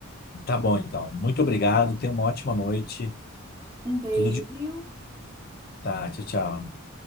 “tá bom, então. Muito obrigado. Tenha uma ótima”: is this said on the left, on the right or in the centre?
Left